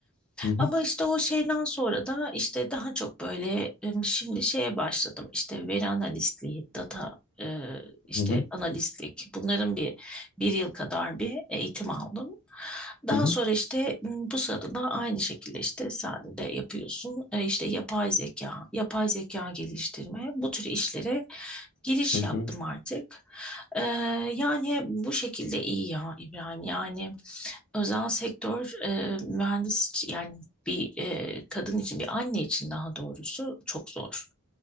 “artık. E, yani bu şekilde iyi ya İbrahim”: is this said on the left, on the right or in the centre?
Centre